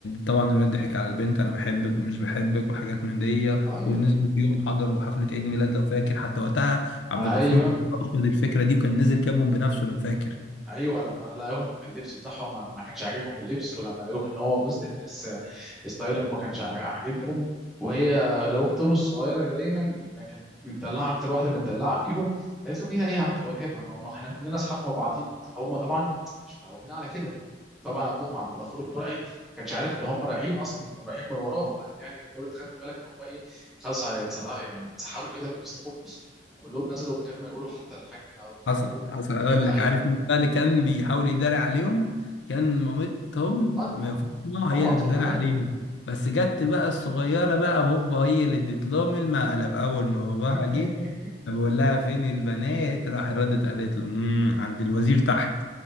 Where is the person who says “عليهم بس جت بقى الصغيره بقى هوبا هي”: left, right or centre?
Left